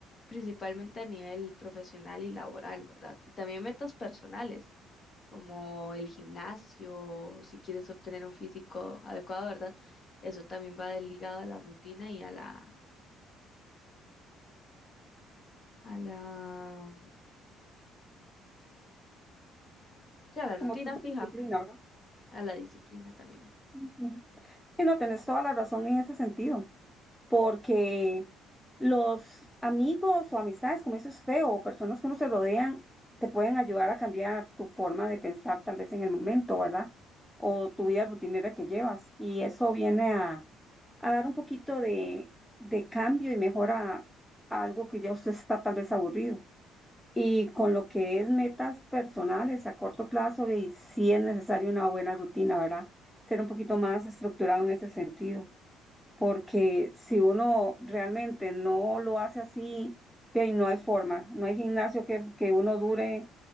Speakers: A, on the left; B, in the centre.
A: principalmente a nivel profesional y laboral, ¿verdad? Y también metas personales, como el gimnasio, si quieres obtener un físico adecuado, ¿verdad? Eso también va ligado a la rutina y a la, a la, sí, a la rutina
B: como tipo
A: fija,
B: de disciplina, ¿verdad?
A: a la disciplina también.
B: Ujú. Sí, no, tenés toda la razón en ese sentido. porque los amigos o amistades, como dice usted, o personas que uno se rodean, te pueden ayudar a cambiar tu forma de pensar tal vez en el momento, ¿verdad? O tu vida rutinera que llevas. Y eso viene a, a dar un poquito de, de cambio y mejora a algo que ya usted está tal vez aburrido. Y con lo que es metas personales a corto plazo, ve, sí es necesaria una buena rutina, ¿verdad? Ser un poquito más estructurado en ese sentido porque si uno realmente no lo hace así, ve, no hay forma, no hay gimnasio que, que uno dure,